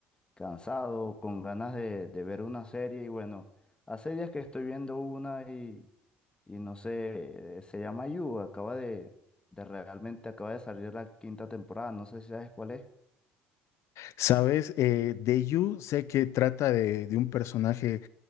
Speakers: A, on the left; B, on the left.
A: cansado, con ganas de, de ver una serie. Y bueno, hace días que estoy viendo una y, y no sé, eh, se llama You. Acaba de, de realmente, acaba de salir la quinta temporada. No sé si sabes cuál es.
B: Sabes, eh, de You sé que trata de, de un personaje